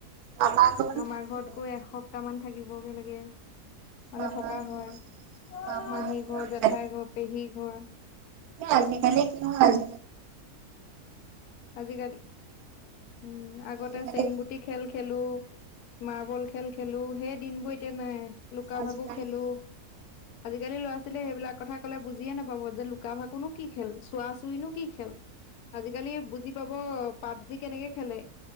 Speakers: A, on the right; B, on the left.
A: মামা ঘৰতো
B: মামাৰ
A: থাকিবই
B: ঘৰত গৈ এস তামান থাকিব কে লাগে। মানে
A: মামা
B: থকা
A: ঘৰ
B: হয়।
A: মামা
B: মাহী ঘৰ, জেঠাই
A: যে
B: ঘৰ, পেহী ঘৰ
A: আজিকালি কি হয়নো।
B: আজিকালি উম, আগতে
A: আজিকালি
B: চেংগুটি খেল খেলো মাৰ্বল খেল খেলোঁ সেই দিন বোৰ এতিয়া নাই। লুকা
A: আজিকালি
B: ভাকু খেলো আজিকালি ল'ৰা ছোৱালীয়ে সেইবিলাক কথা কলে বুজিয়ে নাপাব যে লুকা ভাকুনো কি খেল, চোৱা চৰিনো কি খেল। আজিকালি বুজি পাব পাবজি কেনেকে খেলে